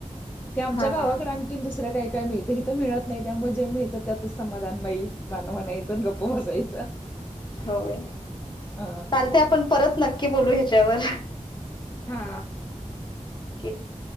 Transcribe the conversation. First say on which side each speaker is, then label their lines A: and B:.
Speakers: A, on the left; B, on the left.
A: ते आमच्या
B: हां,
A: गावाकड
B: हां.
A: आणखी दुसरं काय काय मिळतं हीत मिळत नाही त्यामुळे जे मिळतं त्यातच समाधान माई मान म्हणायचं अनं गप्प बसायचं.
B: होय
A: अ
B: चालतय आपण परत नक्की बोलू ह्याच्यावर
A: हा
B: के